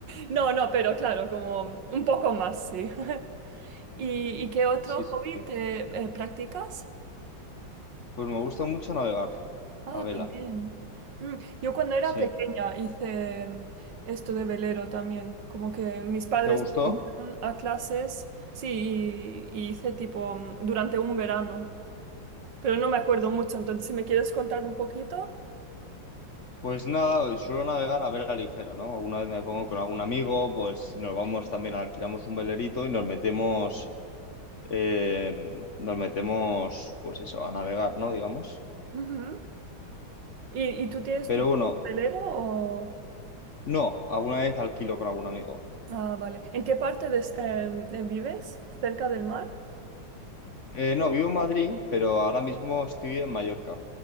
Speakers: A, on the right; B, on the left.
A: No, no, pero claro, como un poco más, sí. <laughs> ¿Y, y qué otro
B: Sí, sí,
A: hobby
B: sí.
A: te eh, practicas?
B: Pues me gusta mucho navegar
A: Ah,
B: a vela.
A: también. Mm, Yo cuando era
B: Sí.
A: pequeña hice mm, esto de velero también, como que mis padres
B: ¿Te gustó?
A: me fueron a clases, sí, y, y hice tipo mm, durante un verano, pero no me acuerdo mucho, entonces si me quieres contar un poquito.
B: Pues nada, suelo navegar a vela ligera, ¿no? Alguna vez me pongo con algún amigo, pues nos vamos también, alquilamos un velerito y nos metemos, eh, nos metemos, pues eso, a navegar, ¿no? Digamos.
A: Ujú. ¿Y, y tú tienes
B: Pero
A: tu
B: bueno,
A: velero o...?
B: no, alguna vez alquilo con algún amigo.
A: Ah, vale. ¿En qué parte de, em, em, vives? ¿Cerca del mar?
B: Eh, no, vivo en Madrid, pero ahora mismo estoy en Mallorca.